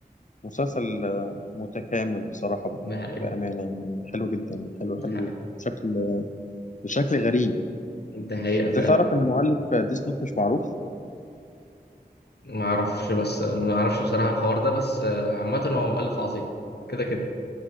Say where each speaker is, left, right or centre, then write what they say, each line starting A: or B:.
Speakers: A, on the left; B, on the left.
A: ومسلسل آه، متكامل بصراحة برضه
B: ده حقيقة
A: بأمانة يعني حلو جدا حلو
B: ده
A: حلو
B: حقيقة
A: بشكل بشكل غريب
B: ده حقيقة
A: أنت
B: فعلا
A: تعرف إن مؤلف ديس نوت مش معروف
B: ما اعرفش بس ما اعرفش بصراحة الحوار ده بس آه، عامة هو مؤلف عظيم كده كده